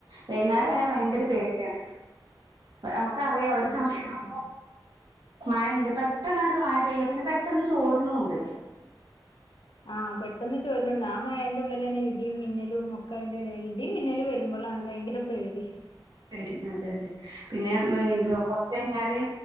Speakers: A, on the right (about 60°); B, on the left (about 70°).
A: വൈന്നേരം ആയാ ഭയങ്കര
B: ഉം
A: പേടിയാണ് നമുക്ക് അറിയാ
B: ഭയങ്കര
A: ഒരു സമയം
B: പേടിയാ
A: ആവുമ്പോ മഴണ്ട് പെട്ടെന്നഅങ്ങട്ട് മഴ പെയ്യ പിന്നെ പെട്ടെന്ന് ചോരിനും ഉണ്ട്.
B: ആഹ് പെട്ടെന്ന് ചോരുണുണ്ട് ആ മഴന്റെ ഉള്ളിലെന്നെ ഇടിയും മിന്നലുംഒ അയിന്റെടിയിൽ ഇടിം മിന്നല് വരുമ്പോഴാണ് ഭയങ്കര പേടി
A: ടി അതെ അതെ പിന്നെ ഇപൊ കൊറച്ചഴിഞ്ഞാല്